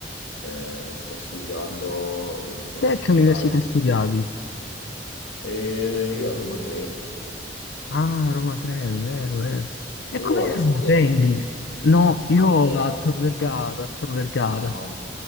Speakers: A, on the left; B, on the left.
A: eh, sto studiando in prossimità.
B: Te che università studiavi?
A: E io a Roma 3.
B: Ah, Roma 3, è vero, è
A: Sì,
B: vero.
A: sì.
B: E
A: Tu
B: com'è
A: alla
B: Roma
A: Sandiego?
B: 3 in genere? No, io
A: Allora,
B: a Tor Vergata, a Tor Vergata.
A: ah, ok.